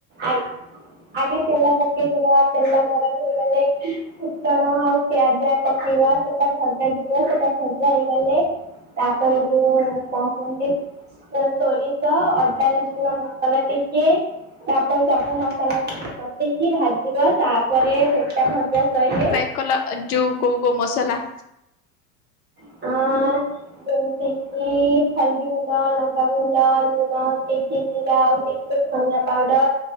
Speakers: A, on the right; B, on the left.
A: ଆଳୁ ଆଗେ ତେଲ ପକେଇଦବ ତେଲ ଗରମ ହେଇଗଲେ ଫୁଟଣ ଆଉ ପିଆଜ ପକେଇବା ସେଟା ଭଜା ଯିବ ସେଟା ଭଜା ହେଇଗଲେ ତାପରେ ଯୋଉ କଣ କୁହନ୍ତି ସେ ସୋରିଷ ଅଦା ରସୁ ମସଲା ଟିକେ ତାପରେ ସବୁ ମସଲା ଟିକେ ପକେଇକି ଭାଜିବ ତାପରେ ସେଟା ଭଜା ସଇଲେ
B: କହିଲ ଯୋଉ କୋଉ କୋଉ ମସଲା?
A: ହଁ। ଯେମିତି କିି ହଳଦୀ ଗୁଣ୍ଡ, ଲଙ୍କାଗୁଣ୍ଡ, ଲୁଣ, ଟିକେ ଜିରା ଆଉ ଟିକେ ଧନିଆ ପାଉଡର।